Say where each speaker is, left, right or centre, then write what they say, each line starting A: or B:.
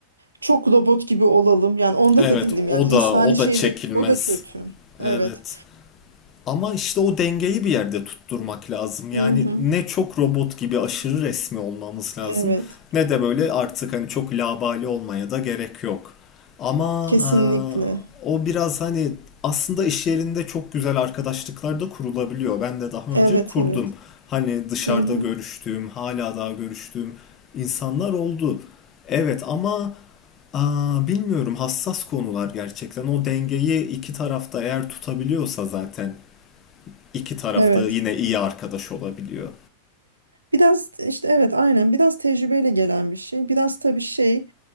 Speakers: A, on the right (about 80°); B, on the left (about 30°).
A: Çok robot gibi olalım. Yani onda
B: Evet,
A: da değilim. Yani
B: o
A: insani
B: da o
A: şeyle
B: da çekilmez.
A: o da kötü. Evet.
B: Evet. Ama işte o dengeyi bir yerde tutturmak lazım. Yani
A: Hı hı.
B: ne çok robot gibi aşırı resmi olmamız lazım
A: Evet.
B: ne de böyle artık hani çok labali olmaya da gerek yok. Ama
A: Kesinlikle.
B: e, o biraz hani aslında iş yerinde çok güzel arkadaşlıklar da kurulabiliyor. Ben de daha
A: Evet,
B: önce kurdum.
A: evet.
B: Hani dışarıda
A: Hı hı.
B: görüştüğüm, hala daha görüştüğüm insanlar oldu. Evet ama Aa, bilmiyorum hassas konular gerçekten. O dengeyi iki tarafta eğer tutabiliyorsa zaten iki tarafta
A: Evet.
B: yine iyi arkadaş olabiliyor.
A: Biraz işte evet aynen biraz tecrübeyle gelen bir şey. Biraz tabii şey